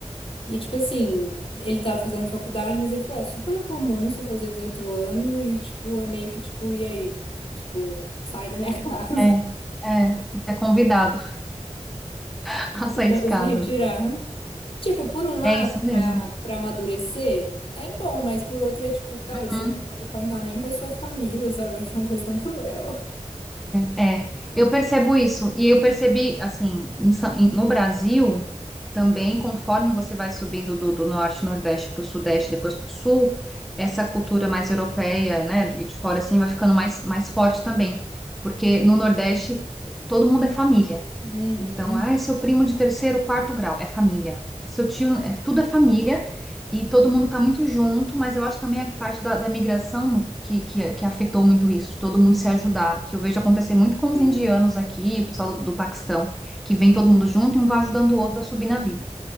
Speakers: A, on the left; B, in the centre.
A: E, tipo assim, ele tava fazendo faculdade, mas ele falou, é super comum você fazer 18 anos e, tipo, é meio que, tipo, e aí? Tipo, sai da minha <laughs> casa,
B: é, é, você é convidado <laughs> a
A: cuidado
B: sair de casa.
A: a se retirar. Tipo, por um lado,
B: É isso mesmo.
A: pra, pra amadurecer, é bom, mas por outro é, tipo, cara,
B: Uhum.
A: você não pode contar nem com a sua família, sabe? Eu acho uma coisa tão cruel.
B: É, é. eu percebo isso. E eu percebi, assim, em Sa- em- no Brasil, também, conforme você vai subindo do, do norte, nordeste para o sudeste, depois para o sul, essa cultura mais europeia, né, de, de fora, assim, vai ficando mais, mais forte também. Porque no nordeste, todo mundo é família.
A: Uhum.
B: Então, ah, é seu primo de terceiro, quarto grau, é família. É seu tio, é- tudo é família e todo mundo está muito junto, mas eu acho também a parte da, da migração que, que, que afetou muito isso, de todo mundo se ajudar, que eu vejo acontecer muito com os
A: É.
B: indianos aqui, o pessoal do, do Paquistão, que vem todo mundo junto e um vai ajudando o outro a subir na vida.